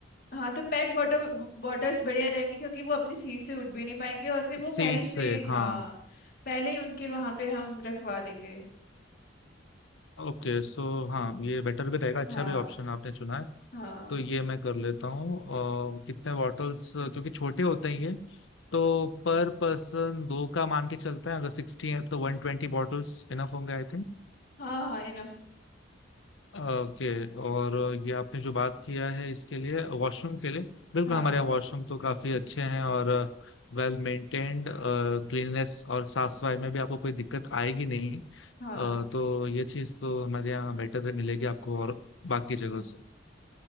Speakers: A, on the left; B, on the left.
A: हाँ तो पैक्ड वाटर बॉटल्स बढ़िया रहेंगे क्योंकि वो अपनी सीट से उठ भी नहीं पाएंगे और फिर वो
B: सीट
A: पहले से
B: से
A: हाँ
B: हाँ
A: पहले ही उनके वहां पे हम रखवा देंगे
B: ओके सो हाँ ये बेटर भी रहेगा अच्छा
A: हाँ
B: भी ऑप्शन आपने चुना है
A: हाँ
B: तो ये मैं कर लेता हूँ अ, कितने बॉटल्स क्योंकि छोटे होते हैं ये तो पर पर्सन दो का मान के चलता है अगर सिक्सटी है तो वन ट्वेंटी बॉटल्स इनफ होंगे आई
A: हाँ हाँ इनफ
B: ओके और ये आपने जो बात किया है इसके लिए वॉशरूम के लिए बिल्कुल
A: हाँ
B: हमारे
A: enough,
B: यहाँ वॉशरूम तो काफी अच्छे हैं और वेल मेंटेन्ड क्लीननेस और साफ सफाई में भी आपको कोई दिक्कत आएगी नहीं अ,
A: हाँ हाँ।
B: तो ये चीज तो हमारे यहाँ बेटर है मिलेगी आपको और बाकी जगह
A: हम्म।
B: से